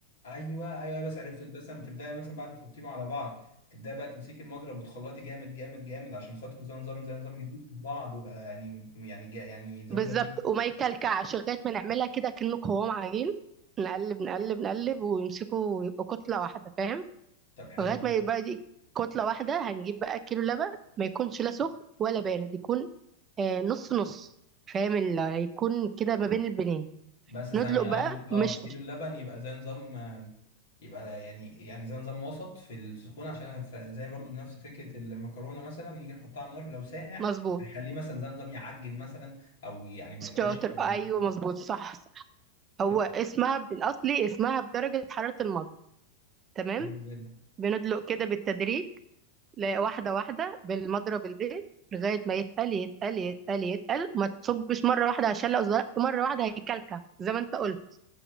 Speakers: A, on the left; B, on the right.
A: ايوه ايوه بس عرفته انت مثلا تبداي مثلا بعد ما تحطيهم على بعض تبداي بقى تمسكي المضرب وتخلطي جامد جامد جامد عشان خاطر زي نظام زي نظام يدوب في بعض ويبقى يعني يعني جا- يعني زي
B: بالظبط
A: نظام ايه
B: وما يكلكعش لغايه ما نعملها كده كأنه قوام عجين نقلب نقلب نقلب ويمسكوا ويبقوا كتله واحده فاهم
A: طب حلو
B: لغايه
A: جدا
B: ما يبقى دي كتله واحده هنجيب بقى كيلو لبن ما يكونش لا سخن ولا بارد يكون آه، نص نص فاهم اللي هيكون كده ما بين البنين
A: بس ثانيه
B: ندلق بقى
A: قصدك اه
B: مشط
A: كيلو اللبن يبقى زي نظام آه، يبقى يعني يعني زي نظام وسط في السخون عشان ف- زي برضو نفس فكره المكرونه مثلا نيجي نحطها على النار لو ساقع
B: مظبوط
A: هنخليه مثلا زي نظام يعجن مثلا او يعني ما يبقاش
B: شاطر
A: ما
B: ايوه
A: يبقاش-
B: مظبوط صح صح هو
A: طب
B: اسمها بالاصلي اسمها بدرجه حراره المضغ تمام
A: حلو جدا
B: بندلق كده بالتدريج ل- واحده واحده بالمضرب البيت لغايه ما يتقل يتقل يتقل يتقل ما تصبش مره واحده عشان لو زرقت مره واحده هيكلكع زي ما انت قلت